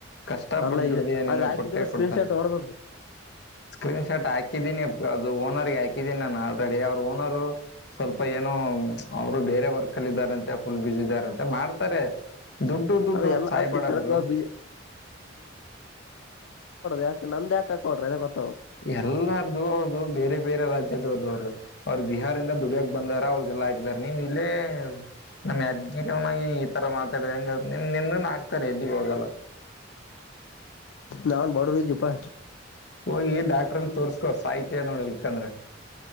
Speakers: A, on the left (about 60°); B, on the left (about 80°).
A: ಕಷ್ಟ
B: ಅಲ್ಲ
A: ಪಟ್ ದುಡ್ದಿಯಾ ನೀನು
B: ಅವ್ರಿಗೆ ಹಾಕಿದ್ದಿಲ್ಲ
A: ಕೊಟ್ಟೆ ಕೊಡ್ತಾನೆ
B: ಸ್ಕ್ರೀನ್ ಶಾಟ್ ಹೊಡದದ್ದು
A: ಸ್ಕ್ರೀನ್ ಶಾಟ್ ಹಾಕಿದ್ದೀನಿ ಅದು ಓನರ್ ಪೆ ಹಾಕಿದೀನಿ ನಾನು ಆಲ್ರೆಡಿ ಅವರು ಓನರ್ರು ಸ್ವಲ್ಪ ಏನು ಅವ್ರು ಬೇರೆ ವರ್ಕ್. ಕಲ್ದಾರಂತೆ ಫುಲ್ ಬಿಸ ಇದಾರಂತೆ ಮಾಡ್ತಾರೆ ದುಡ್ಡು
B: <unintelligible>
A: ದುಡ್ಡು
B: ಹಾಕ್ಬಾರದು
A: ಅಂತ ಸಾಯ್ಬೇಡ ಗುರು
B: ಯಾಕ್ಂದ ನಂದ್ <unintelligible>
A: ಎಲ್ಲಾರ್ದು ಅವ್ರ್ದ ಬೇರೆ ಬೇರೆ ರಾಜ್ಯದವ್ರ ಅವರು ಅವ್ರರು ಬಿಹಾರಿಂದ ದುಡಿಯ. ಬಂದಾರ ಅವ್ರಗೆಲ್ಲ ಹಾಗ್ದಾರ ನೀನ್ ಇಲ್ಲೆ ನಮ್ ಯದ್ಗಿರಿನಾಗ ಈ ತರ ಮಾತಾಡಿದಂಗ ನಿನಿಂದು ಹಾಕ್ತಾರೆ ಎಲ್ಲಿಗ್ ಹೋಗಲ್ಲ
B: ನಾನ್ ಬಡವಿಯಿದ್ದೆಪ್ಪ
A: ಹೋಗಿ ಡಾಕ್ಟ್ರಲ್ಲಿ ತೋರ್ಸ್ಕೋ ಸಾಹಿತ್ಯ ನೋಡ್ಲಿಕಂದ್ರೆ